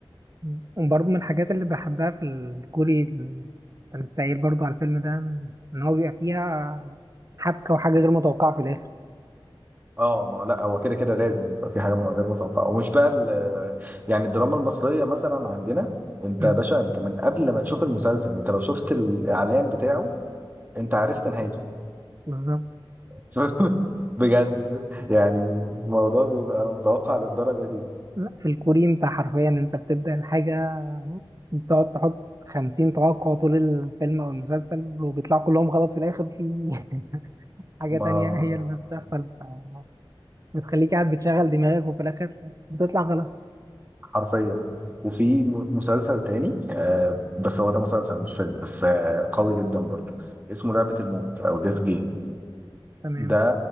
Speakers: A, on the right (about 35°); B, on the right (about 20°).
A: مم. وبرضه من الحاجات اللي بحبها في الكوري كان السعير برضه على الفيلم ده إن هو بيبقى فيها حبكة وحاجة غير متوقعة في الآخر
B: اه ما لا هو كده كده لازم يبقى في حاجه غير متوقعه ومش بقى ال- يعني الدراما المصريه مثلا عندنا انت
A: مم.
B: يا باشا انت من قبل ما تشوف المسلسل انت لو شفت الاعلان بتاعه انت عرفت نهايته
A: بالظبط
B: <laughs> بجد يعني الموضوع بيبقى متوقع للدرجه دي
A: لا في الكوري أنت حرفيا أنت بتبدأ الحاجة بتقعد تحط خمسين توقع طول الفيلم أو المسلسل وبيطلعوا كلهم غلط في الآخر في <laughs> حاجة
B: ما
A: تانية هي اللي بتحصل ف- بتخليك قاعد بتشغل دماغك وفي الآخر بتطلع غلط
B: حرفيا وفي م- مسلسل تاني آه بس هو ده مسلسل مش فيلم بس آه قوي جدا برضه اسمه لعبه الموت او ديث جيم
A: تمام
B: ده